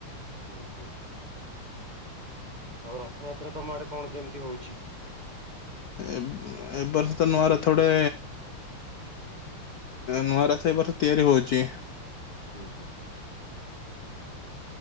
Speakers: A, on the right; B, on the left.
A: ହୁଁ ହୁଁ। ଆଉ ରଥଯାତ୍ରା ତୁମ ଆଡ଼େ କଣ କେମିତି ହଉଛି।
B: ଏ ଏ ବର୍ଷ ତ ନୁଆ ରଥୋଡ଼େ ନୂଆରଥ ଏ ବର୍ଷ ତିଆରି ହଉଛି।
A: ହୁଁ ହୁଁ।